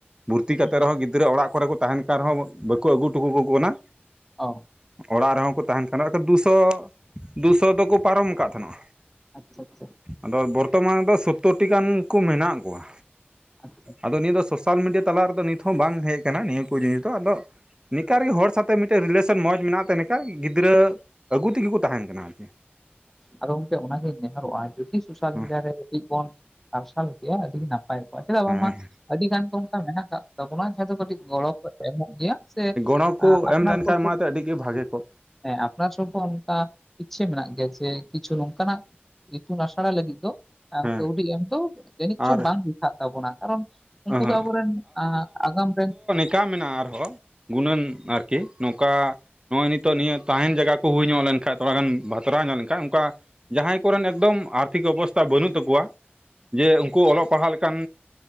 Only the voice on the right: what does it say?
ᱵᱷᱩᱨᱛᱤ ᱠᱟᱛᱮ
ᱨᱮᱦᱚᱸ ᱜᱤᱫᱽᱨᱟᱹ ᱚᱲᱟᱜ ᱠᱚᱨᱮ ᱠᱚ ᱛᱟᱦᱮᱱ ᱠᱟᱱ ᱨᱮᱦᱚᱸ ᱵᱟᱠᱚ ᱟᱹᱜᱩᱴᱩᱠᱟ ᱠᱟᱠᱚ ᱠᱟᱱᱟ
ᱚᱲᱟᱜ ᱨᱮᱦᱚᱸ ᱠᱚ ᱛᱟᱦᱮᱱ ᱠᱟᱱᱟ ᱫᱩᱥᱚ ᱫᱩᱥᱚ ᱫᱚᱠᱚ ᱯᱟᱨᱚᱢ ᱟᱠᱟᱟᱜ ᱛᱟᱦᱮᱚᱜᱼᱟ
ᱟᱫᱚ ᱵᱚᱨᱛᱚᱢᱟᱱ ᱨᱮᱫᱚ ᱥᱳᱛᱛᱳᱨ ᱴᱤ ᱜᱟᱱ ᱠᱚ ᱢᱮᱱᱟᱜ ᱠᱚᱣᱟ
ᱟᱫᱚ ᱱᱤᱭᱟᱹ ᱫᱚ ᱥᱳᱥᱟᱞ ᱢᱤᱰᱤᱭᱟ ᱛᱟᱞᱟ ᱨᱮᱫᱚ ᱱᱤᱛ ᱦᱚᱸ ᱵᱟᱝ ᱦᱮᱡ ᱟᱠᱟᱱᱟ ᱱᱤᱭᱟᱹ ᱠᱚ ᱡᱤᱱᱤᱥ ᱫᱚ ᱟᱫᱚ ᱱᱤᱝᱠᱟᱨᱜᱮ ᱦᱚᱲ ᱥᱟᱶᱛᱮᱜ ᱢᱤᱫᱴᱮᱱ ᱨᱤᱞᱮᱥᱮᱱ ᱢᱚᱸᱡᱽ ᱢᱮᱱᱟᱜ ᱛᱮ ᱱᱤᱠᱟᱨ ᱜᱮ ᱜᱤᱫᱽᱨᱟᱹ ᱟᱹᱜᱩ ᱛᱮᱜᱮ ᱠᱚ ᱛᱟᱦᱮᱱ ᱠᱟᱱᱟ ᱟᱨᱠᱤ
ᱦᱮᱸ
ᱦᱮᱸ
ᱚᱱᱟ ᱠᱚ
ᱮᱢ ᱞᱮᱱᱠᱷᱟᱱ
ᱢᱟᱛᱚ ᱟᱹᱰᱤ ᱜᱮ ᱵᱷᱟᱜᱮ ᱠᱚᱜ
ᱦᱮᱸ
ᱟᱨ
ᱚᱦᱚᱸ
ᱠᱟ ᱢᱮᱱᱟᱜᱼᱟ ᱟᱨᱦᱚᱸ ᱜᱩᱱᱟᱹᱱ ᱟᱨᱠᱤ ᱱᱚᱝᱠᱟ ᱱᱚᱜᱼᱚᱭ ᱱᱤᱛᱚᱜ ᱱᱤᱭᱟᱹ ᱛᱟᱦᱮᱱ ᱡᱟᱭᱜᱟ ᱠᱚ ᱦᱩᱭ ᱧᱚᱜ ᱞᱮᱱᱠᱷᱟᱡ ᱛᱷᱚᱲᱟ ᱜᱟᱱ ᱵᱟᱛᱨᱟ ᱧᱚᱜ ᱞᱮᱱᱠᱷᱟ ᱚᱱᱠᱟ ᱡᱟᱦᱟᱸᱭ ᱠᱚᱨᱮᱱ ᱮᱠᱫᱚᱢ ᱟᱨᱛᱷᱤᱠ ᱚᱵᱚᱥᱛᱷᱟ ᱵᱟᱹᱱᱩᱜ ᱛᱟᱠᱚᱣᱟ ᱡᱮ ᱩᱱᱠᱩ ᱚᱞᱚᱜ ᱯᱟᱲᱦᱟᱜ ᱞᱮᱠᱟᱱ